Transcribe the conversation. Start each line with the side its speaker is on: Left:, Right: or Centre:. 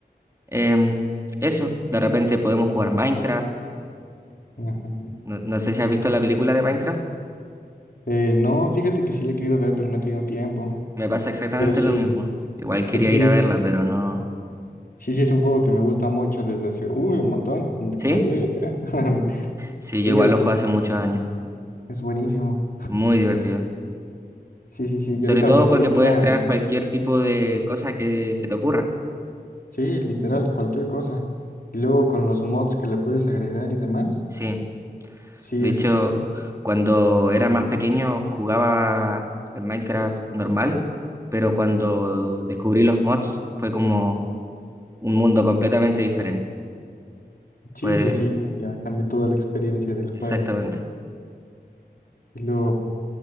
Right: Em, eso, de repente podemos jugar Minecraft,
Left: Ajá.
Right: no, no sé si has visto la película de Minecraft,
Left: Eh, no, fíjate que sí le he querido ver, pero no he tenido tiempo.
Right: me pasa exactamente
Left: Pero sí,
Right: lo mismo. Igual quería
Left: pero sí
Right: ir a
Left: es,
Right: verla, pero no.
Left: sí, sí es un juego que me gusta mucho desde hace, uy, un montón, desde
Right: ¿Sí?
Left: que salió, yo creo. <laughs>
Right: Sí,
Left: Sí,
Right: yo igual
Left: es,
Right: lo juego hace muchos años.
Left: es buenísimo.
Right: Muy divertido.
Left: Sí, sí, sí.
Right: Sobre
Left: Y ahorita
Right: todo
Left: la
Right: porque
Left: película,
Right: puedes crear
Left: mm,
Right: cualquier tipo de cosa que se te ocurra.
Left: sí, literal, cualquier cosa. Y luego con los mods que le puedes agregar y demás,
Right: Sí,
Left: sí
Right: De
Left: es.
Right: hecho, cuando era más pequeño jugaba el Minecraft normal, pero cuando descubrí los mods fue como un mundo completamente diferente.
Left: Sí,
Right: Pues
Left: sí, sí, cambia, cambia toda la experiencia del juego.
Right: exactamente,
Left: Y luego,